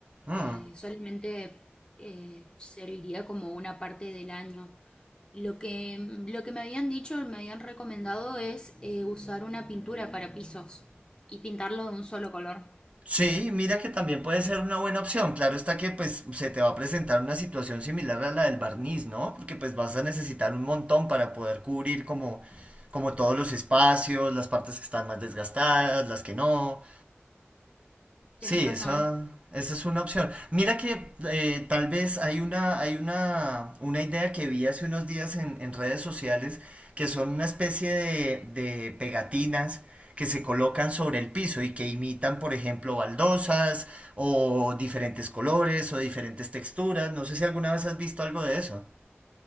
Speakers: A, on the right (about 30°); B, on the left (about 20°).
A: Mm.
B: Eh, solamente eh, serviría como una parte del año. Lo que, lo que me habían dicho, me habían recomendado es eh, usar una pintura para pisos y pintarlo de un solo color.
A: Sí, mira que también puede ser una buena opción. Claro está que pues se te va a presentar una situación similar a la del barniz, ¿no? Porque pues vas a necesitar un montón para poder cubrir como, como todos los espacios, las partes que están más desgastadas, las que no. Sí,
B: tienes razón.
A: esa, esa es una opción. Mira que eh, tal vez hay una, hay una, una idea que vi hace unos días en, en redes sociales que son una especie de, de pegatinas que se colocan sobre el piso y que imitan, por ejemplo, baldosas o diferentes colores o diferentes texturas. No sé si alguna vez has visto algo de eso.